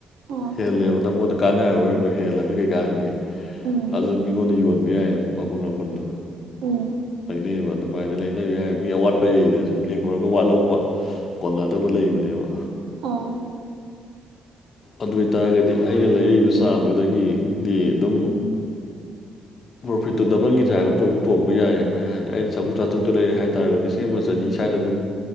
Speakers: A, on the right; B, on the left.
A: ꯑꯥ
B: ꯍꯦꯜꯂꯦꯕ ꯅꯪꯉꯣꯟꯗ ꯀꯥꯟꯅꯔꯣꯏꯕ ꯍꯦꯜꯂꯅꯤ ꯀꯩꯀꯥꯅꯅꯤ
A: ꯎꯝ
B: ꯑꯗꯨ ꯃꯤꯉꯣꯟꯗ ꯌꯣꯟꯕ ꯌꯥꯏꯑꯦꯕ ꯃꯄꯨꯟ ꯃꯄꯨꯟꯗꯣ
A: ꯎꯝ
B: ꯂꯩꯅꯩꯌꯦꯕ ꯑꯗꯨꯃꯥꯏꯅ ꯂꯩꯅꯕ ꯌꯥꯏ ꯃꯤ ꯑꯋꯥꯠꯄ ꯌꯩꯗꯅ ꯁꯨꯝ ꯂꯦꯡꯈꯨꯔꯒ ꯋꯥꯠꯍꯧꯕ ꯀꯣꯟꯅꯗꯕ ꯂꯩꯕꯅꯦꯕ
A: ꯑꯥ
B: ꯑꯗꯨ ꯑꯣꯏꯏꯇꯥꯔꯒꯗꯤ ꯑꯩꯅ ꯂꯩꯔꯛꯏꯕ ꯆꯥꯡꯗꯨꯗꯒꯤꯗꯤ ꯑꯗꯨꯝ ꯄ꯭ꯔꯣꯐꯤꯠꯇꯨ ꯗꯕꯟꯒꯤ ꯇꯥꯢꯄ ꯇꯣꯡꯕ ꯇꯣꯡꯕ ꯌꯥꯏꯑꯦ ꯍꯥꯏꯔꯗꯤ ꯑꯩꯅ ꯆꯪꯉꯨꯛ ꯆꯥꯇ꯭ꯔꯨꯛꯇ ꯍꯥꯏꯇꯥꯔꯒꯗꯤ ꯁꯦꯝ ꯑꯃ ꯆꯅꯤ ꯁ꯭ꯋꯥꯏꯗ ꯑꯗꯨꯝ